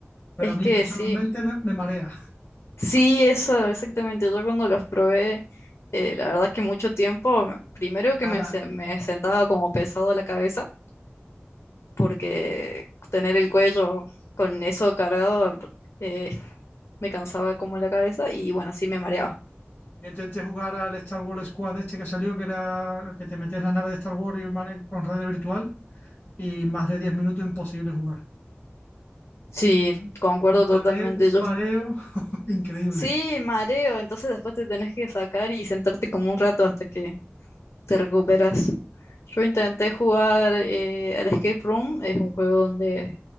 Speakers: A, on the left; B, on the left.
A: Pero
B: Es
A: a mí
B: que
A: personalmente
B: sí,
A: me, me marea.
B: sí, eso, exactamente. Yo cuando los probé, eh, la verdad es que mucho tiempo, primero
A: <laughs>
B: que me,
A: Nada.
B: se- me sentaba como pesado la cabeza porque tener el cuello con eso cargado eh, me cansaba como la cabeza y bueno, sí me mareaba.
A: Yo intenté jugar al Star Wars Squad este que salió, que era que te metías en la nave de Star Wars y mane- con red virtual, y más de 10 minutos imposible jugar.
B: Sí, concuerdo
A: Un
B: totalmente.
A: mareo, un
B: Yo
A: mareo
B: est-
A: <laughs> increíble.
B: sí, mareo, entonces después te tenés que sacar y sentarte como un rato hasta que te recuperas. Yo intenté jugar eh, al Escape Room, es un juego donde